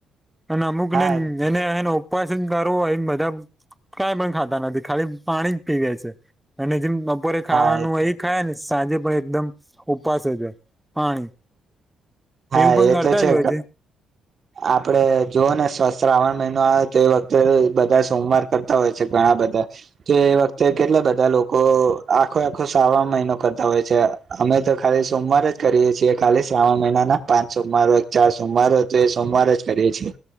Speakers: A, in the centre; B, on the right.
A: અને અમુક
B: હા
A: ને એને એને ઉપવાસ કરો હોય બધા કઈ પણ ખાતા નથી ખાલી પાણી જ પીવે છે અને જેમ બપોરે ખાવાનું
B: હા
A: અહી ખાય ને સાંજે પણ એકદમ ઉપસ છે પાણી
B: હા
A: એવું પણ
B: એ
A: કરતા
B: તો છે
A: જ હોય
B: આપડે જોઓ ને શ્રાવણ મહિનો આવે તો એ વખતે બધા સોમવાર કરતા હોય છે ઘણા બધા કે વખતે કેટલા બધા લોકો આખો આખો સાવા મહિનો કરતા હોય છે અમે તો ખાલી સોમવાર જ કરીએ છીએ ખાલી શ્રાવણ મહિના ના પાંચ સોમવાર ચાર સોમવાર હોય તો એ સોમવાર જ કરીએ છીએ